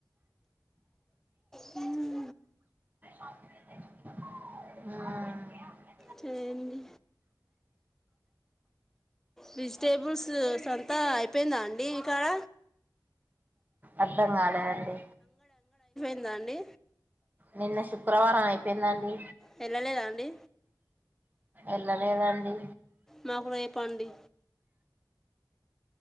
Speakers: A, in the centre; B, on the right.
A: హ్మ
B: ఉమ్
A: చేయండి విజిటేబుల్స్ సంతా అయిపోయిందా అండి ఇకాడ
B: అర్ధం కాలేదండి
A: దండి
B: నిన్న శుక్రవారం అయిపెందండి
A: వెళ్ళలేదా అండి
B: ఎల్లా లేదా అండి
A: మాకు రేపండి